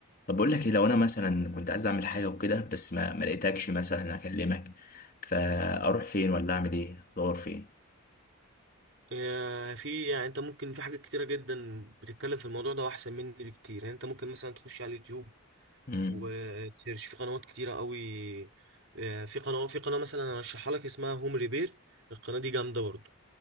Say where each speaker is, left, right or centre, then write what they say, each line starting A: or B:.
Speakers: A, on the left; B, on the right.
A: طب بقول لك ايه لو انا مثلا كنت عايز اعمل حاجه وكده بس ما ما لقيتكش مثلا اكلمك فاروح فين ولا اعمل ايه ادور فين
B: يا في يعني انت ممكن في حاجات كتيره جدا بتتكلم في الموضوع ده واحسن مني بكتير يعني انت ممكن مثلا تخش على اليوتيوب
A: امم
B: وتسيرش في قنوات كتيره قوي آه، في قناه في قناه مثلا انا ارشحها لك اسمها هوم ريبير القناه دي جامده برضو